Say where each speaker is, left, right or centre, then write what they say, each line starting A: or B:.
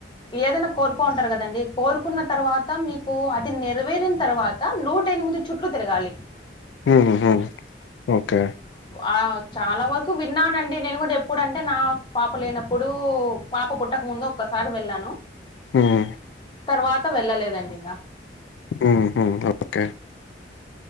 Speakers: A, on the left; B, on the left.
A: ఏదైనా కోరుకో ఉంటారు కదండి కోరుకున్న తర్వాత మీకు అది నెరవేరిన తర్వాత నూట ఎనిమిది చుట్లు తిరగాలి
B: ఉహు ఓకే
A: ఆ చాలా వరకు విన్నానండి నేను కూడా ఎప్పుడంటే నా పాప లేనప్పుడు పాప పుట్టక ముందు ఒక్కసారి వెళ్ళాను
B: ఉమ్మ్
A: తర్వాత వెళ్ళలేదండి ఇంగ
B: ఉహు ఓకే